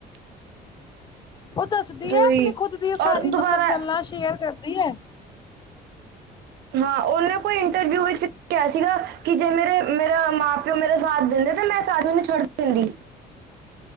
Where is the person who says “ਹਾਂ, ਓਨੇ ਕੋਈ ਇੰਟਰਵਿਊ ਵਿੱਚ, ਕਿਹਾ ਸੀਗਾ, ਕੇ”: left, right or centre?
Right